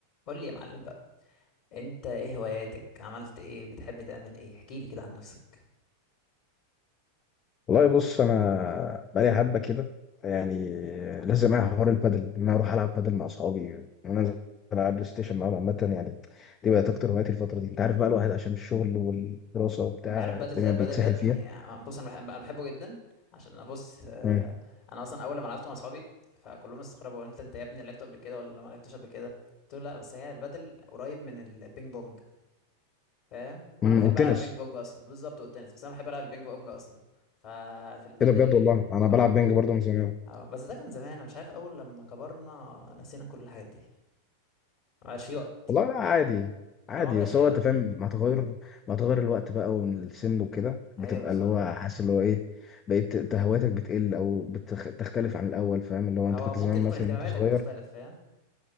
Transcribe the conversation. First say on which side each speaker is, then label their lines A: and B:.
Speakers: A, on the left; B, on the left.
A: قول لي يا معلم بقى انت ايه هواياتك عملت ايه بتحب تعمل ايه احكي لي كده عن نفسك
B: والله بص انا بقالي حبه كده يعني لازم معايا حوار البادل ان انا اروح العب بادل مع اصحابي وان انا انزل العب بلاي ستيشن معاهم عامه يعني دي بقت اكتر هواياتي الفتره دي انت عارف بقى الواحد عشان الشغل والدراسه وبتاع
A: انت عارف بدل
B: الدنيا
A: ده بدل
B: بيتسهل
A: ده يعني
B: فيها
A: بص انا بح- انا بحبه جدا عشان انا بص آه،
B: امم
A: انا اصلا اول ما لعبت مع اصحابي فكلهم استغربوا هو انت انت يا ابني لعبت قبل كده ولا ما لعبتش قبل كده قلت له لا بس هي البدل قريب من البينج بونج فاهم وانا
B: أمم.
A: بحب
B: والتنس
A: العب البينج بونج اصلا بالظبط والتنس بس انا بحب العب البينج بونج اصلا ففي البدل
B: كده بجد والله انا
A: اه
B: بلعب بينج برضه من زمان
A: اه بس ده كان زمان انا مش عارف اول لما كبرنا نسينا كل الحاجات دي ما بقاش في وقت
B: والله لا عادي عادي
A: اه ما بقاش
B: بس
A: في
B: هو
A: وقت
B: انت فاهم مع تغير مع تغير الوقت بقى والسن وكده
A: ايوه
B: بتبقى
A: بالظبط
B: اللي هو حاسس اللي هو ايه بقيت انت هواياتك بتقل او بتخ- بتختلف عن الاول فاهم اللي هو
A: او
B: انت كنت
A: ممكن
B: زمان
A: تكون
B: مثلا
A: اهتماماتك
B: وانت صغير
A: بتختلف فاهم